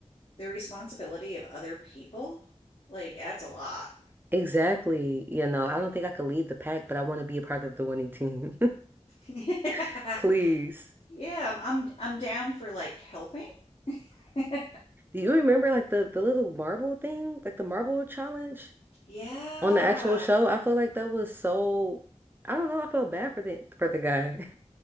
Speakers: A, on the left; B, on the right.
A: the responsibility of other people, like, that's a lot.
B: Exactly. You know, I don't think I could lead the pack, but I want to be a part of the winning team.
A: <laughs> yeah.
B: <laughs> Please.
A: Yeah, I'm, I'm I'm down for like helping. <laughs>
B: Do you remember like the the little marble thing, like the marble challenge
A: yeah.
B: on the actual show? I feel like that was so I don't know, I felt bad for the for the guy.